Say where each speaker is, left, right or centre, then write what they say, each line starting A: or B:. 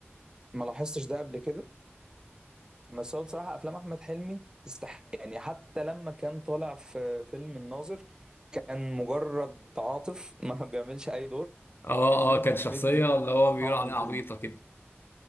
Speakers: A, on the right; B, on the left.
A: ما لاحظتش ده قبل كده بس هو بصراحه افلام احمد حلمي تستحق يعني حتى لما كان طالع في فيلم الناظر كان مجرد عاطف ما <laughs> بيعملش اي دور
B: اه
A: هو حرفيا
B: اه كانت
A: كان
B: شخصيه
A: مدي
B: اللي هو بيقول
A: طعم
B: عليها
A: الفيلم
B: عبيطه كده